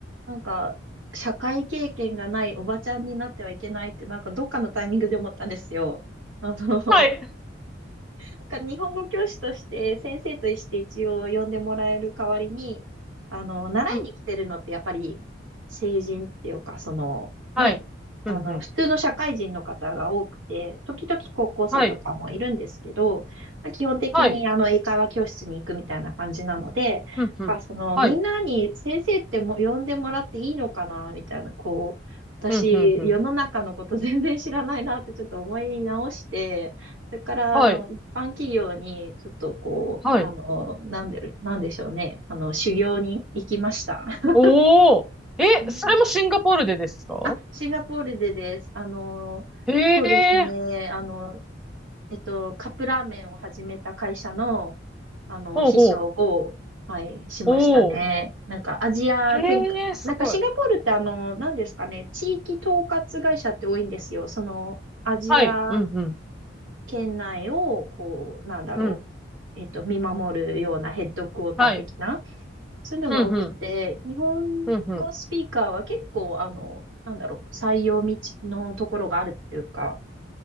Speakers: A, on the right; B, in the centre.
A: なんか、社会経験がないおばちゃんになってはいけないって、なんかどっかのタイミングで思ったんですよ。あの、
B: はい。
A: なんか日本語教師として先生として一応呼んでもらえる代わりに、あの、習いに来てるのってやっぱり成人っていうか、
B: うん。
A: その、
B: はい。
A: ね、あの、
B: うんうん。
A: 普通の社会人の方が多くて、時々高校生とかもいるんですけど、
B: はい。
A: まあ基本的にあの、
B: はい。
A: 英会話教室に行くみたいな感じなので、
B: うんうん。
A: まあ、その、
B: はい。
A: みんなに先生っても呼んでもらっていいのかな、みたいな、こう、私、
B: うんうんうん。
A: 世の中のこと全然知らないなってちょっと思い直して、それから、
B: はい。
A: あの、一般企業に、ちょっとこう、
B: はい。
A: あの、なんでる、なんでしょうね。あの、修行に行きました。<laughs>
B: おお。え、
A: うん。
B: それもシンガポールでですか
A: あ、シンガポールでです。あの、
B: へえ。
A: そうですね。あの、えっと、カップラーメンを始めた会社の、あの、
B: ほうほ
A: 秘書を、はい、しましたね。
B: う。おお。
A: なんか、アジア展開、
B: へえ、すごい。
A: なんかシンガポールってあの、なんですかね、地域統括会社って多いんですよ。その、アジア
B: はい。うんうん。
A: 県内を、こう、なんだろ
B: うん。
A: う、えっと、見守るようなヘッドクォーター的な、
B: はい。
A: そういうのが多くて、
B: ふんふん。
A: 日本
B: ふんふん。
A: 語スピーカーは結構、あの、なんだろう、採用道のところがあるっていうか、